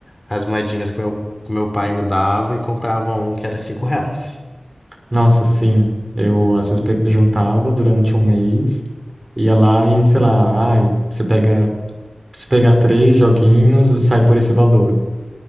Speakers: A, on the left; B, on the right.
A: as moedinhas que meu, que meu pai me dava e comprava um que era cinco reais.
B: Nossa, sim. Eu às vezes pe- juntava durante um mês, ia lá e, sei lá, ai, você pega, se pegar três joguinhos, sai por esse valor.